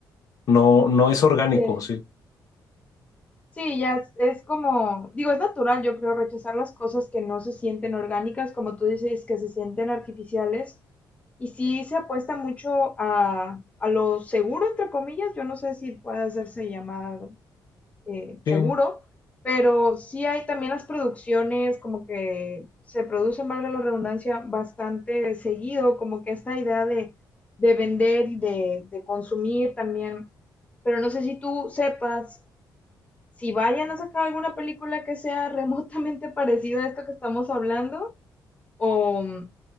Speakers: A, on the left; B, on the left.
A: No, no es orgánico,
B: Sí.
A: sí.
B: Sí, ya es, es como, digo, es natural, yo creo, rechazar las cosas que no se sienten orgánicas, como tú dices, que se sienten artificiales. Y sí se apuesta mucho a, a lo seguro, entre comillas, yo no sé si puede hacerse llamar eh, seguro,
A: Sí.
B: pero sí hay también las producciones, como que se producen, valga la redundancia, bastante seguido, como que esta idea de, de vender y de, de consumir también. Pero no sé si tú sepas si vayan a sacar alguna película que sea remotamente <laughs> parecida a esto que estamos hablando o, mm,